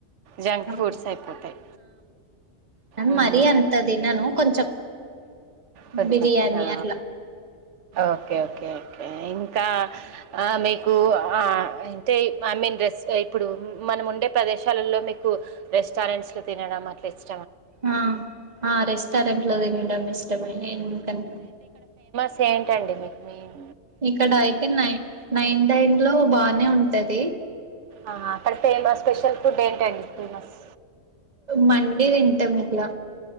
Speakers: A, on the right; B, on the right.
A: జంక్
B: ఆ
A: ఫుడ్స్ అయిపోతాయి
B: కానీ
A: మ్మ్
B: మరి అంత తినను కొంచం
A: కొద్ది
B: బిర్యానీ
A: కొద్దిగా
B: అట్లా
A: ఓకే ఓకే ఓకే ఓకే ఇంకా ఆ మీ కు ఆ అంటే ఐ మీన్ రెస్ ఇప్పుడు మనం ఉండే ప్రదేశాలలో మీకు రెస్టారెంట్స్ లో తినడం అనేసి
B: ఆ ఆ రెస్టారెంట్ లో తినడం ఇష్టమే ఎందుకంటే
A: సే ఏంటండి మీకు మీయిన్
B: ఇక్కడ అయితే నైన్ నైన్ టైమ్ లో బానే ఉంటది
A: ఆ అక్కడ ఫేమస్ స్పెషల్ ఫుడ్ ఏంటండి ఫేమస్
B: మండి తింటాం ఇట్లా